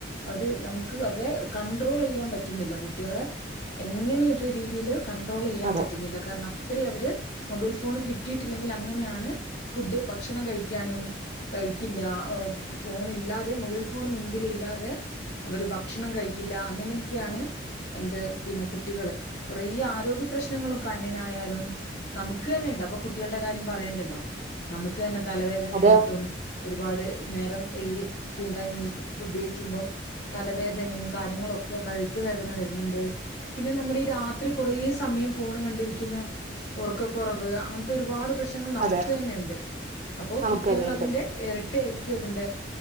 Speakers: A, on the left; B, on the right.
A: അവര് നമുക്ക് അവരെ കണ്ട്രോൾ ചെയ്യാൻ പറ്റുന്നില്ല കുട്ടികളെ എങ്ങനെയത്ത രീതിയില് കൺട്രോൾ ചെയ്യാൻ
B: അതെ
A: പറ്റ് കാരണം അത്രേം അവര് മൊബൈൽ ഫോണ് കിട്ടിയിട്ടില്ലെങ്കിൽ അങ്ങനെയാണ് ഫുഡ് ഭക്ഷണം കഴിക്കാനും കഴിക്കില്ല ഫോൺ ഇല്ലാതെ മൊബൈൽ ഫോൺ മുൻപിലില്ലാതെ അവര് ഭക്ഷണം കഴിക്കില്ല അങ്ങനെയൊക്കെയാണ് എന്ത് പിന്നെ കുട്ടികള് കുറേ ആരോഗ്യപ്രശ്ന പ്രശ്നങ്ങളും കണ്ണിനായാലും നമുക് തന്നെ ഇണ്ട് അപ്പൊ കുട്ടികളുടെ കാര്യം പറയേണ്ടല്ലോ നമുക്ക് തന്നെ തലവേദനയായിട്ടും
B: അതെ
A: ഒരുപാട് നേരം ഈ സ്ക്രീൻ ടൈം യൂസ് ഉപയോഗിക്കുമ്പം തലവേദനയും കാര്യങ്ങളൊക്കെ കഴുത്ത് വേദന വരുന്നുണ്ട് പിന്നെ നമ്മുടെ ഈ രാത്രി കുറേ സമയം ഫോൺ കണ്ടിരിക്കുന്ന ഉറക്കക്കുറവ് അങ്ങനത്തെ ഒരുപാട് പ്രശ് പ്രശ്നങ്ങൾ നമുക്ക്
B: അതെ
A: തന്നെ ഉണ്ട് അപ്പൊ
B: നമുക്ക്
A: കുട്ട്യേൾ
B: തന്നെയുണ്ട്
A: അതിന്റെ ഇരട്ടി ആയിരിക്കും അതിന്റെ